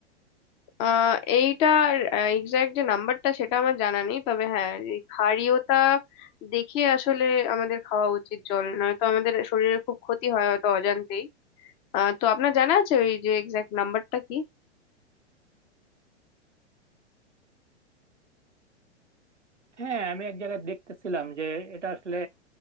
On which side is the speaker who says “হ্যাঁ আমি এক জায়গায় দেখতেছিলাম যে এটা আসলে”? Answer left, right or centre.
Right